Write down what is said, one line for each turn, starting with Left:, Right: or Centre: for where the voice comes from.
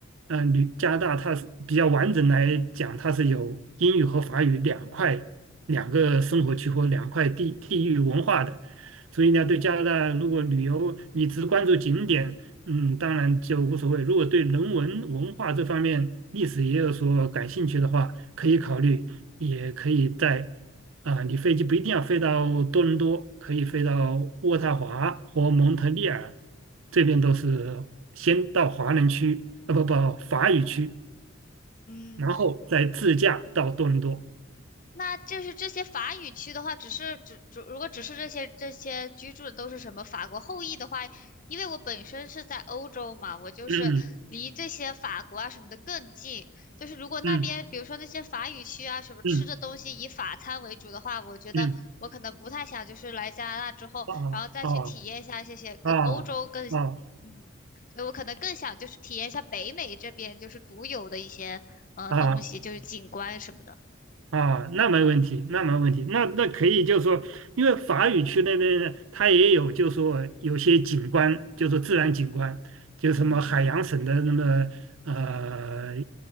Right: 呃，旅加拿大它是比较完整来讲，它是有英语和法语两块两个生活区或两块地地域文化的。
Left: 嗯
Right: 所以呢，对加拿大如果旅游你只关注景点，嗯，当然就无所谓。如果对人文文化这方面、历史也有所感兴趣的话，可以考虑，也可以在啊、你飞机不一定要飞到多伦多，可以飞到渥太华或蒙特利尔，这边都是先到华人区，
Left: 嗯
Right: 啊不不，法语区，
Left: 嗯
Right: 然后再自驾到多伦多。
Left: 那就是这些法语区的话，只是只只如果只是这些这些居住的都是什么法国后裔的话，因为我本身是在欧洲嘛，我就是离这些法国啊什么的更近。
Right: 嗯
Left: 就是如果那边比如说那些法语区啊什么吃的东西以法餐为主的话，
Right: 嗯嗯
Left: 我觉得我可能不太想就是来加拿大之后，
Right: 嗯嗯，啊啊
Left: 然后再去体验一下这些跟欧洲更
Right: 啊啊！
Left: 嗯，所以我可能更想就是体验一下北美这边就是独有的一些呃东西，
Right: 啊
Left: 就是景观什么的，
Right: 啊，那没问题，那没问题，那那可以，就是说，因为法语区那边呢，它也有，就是说有些景观，就是说自然景观，就什么海洋省的那么呃
Left: 嗯。